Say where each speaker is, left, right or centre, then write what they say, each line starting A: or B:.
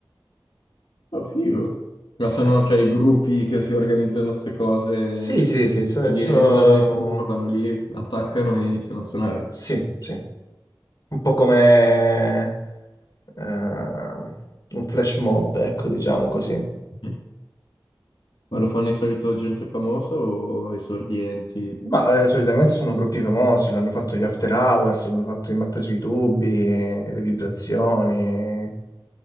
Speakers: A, on the left; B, on the left.
A: Oh, figo. Ma sono,
B: Sì.
A: cioè, i gruppi che si organizzano queste cose
B: Sì, sì, sì, so-
A: a dire
B: sono,
A: nulla a nessuno, vanno lì, attaccano e iniziano a suonare.
B: sì, sì, un po' come eh, un flash mob, ecco, diciamo così.
A: Mm. Ma lo fanno di solito gente famosa o esordienti?
B: Ma eh, solitamente sono gruppi famosi, l'hanno fatto gli After Hours, l'hanno fatto i Marta sui tubi, le vibrazioni,